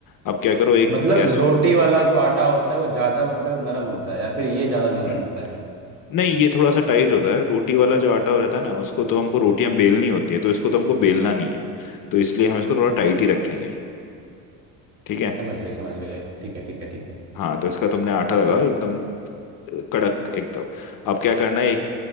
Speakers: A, on the left; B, on the right.
A: अब क्या करो एक
B: मतलब
A: गैस
B: रोटी वाला जो आटा होता है वो ज़्यादा मतलब नरम होता है या फिर ये ज़्यादा नरम
A: <clears throat>
B: होता है
A: नहीं ये थोड़ा सा टाइट होता है रोटी वाला जो आटा रहता है ना उसको तो हमको रोटियां बेलनी होती है तो इसको तो हमको बेलना नहीं है तो इसलिए हम इसको थोड़ा टाइट ही रखेंगे ठीक है
B: समझ गए समझ गए ठीक है ठीक है ठीक है
A: हाँ तो इसका तुमने आटा लगाओ एकदम कड़क एकदम अब क्या करना है एक